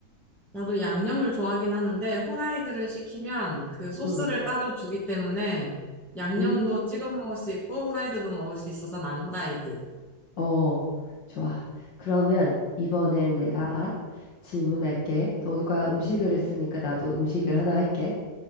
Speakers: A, in the centre; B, on the left.
A: 나도 양념을 좋아하긴 하는데, 후라이드를 시키면 그 소스를
B: 응.
A: 따로 주기 때문에 양념도
B: 음.
A: 찍어 먹을 수 있고, 후라이드도 먹을 수 있어서 난 후라이드.
B: 어, 좋아. 그러면 이번엔 내가
A: 음,
B: 질문할게. 너가 음식을
A: 음,
B: 했으니까 나도 음식을 하나 할게.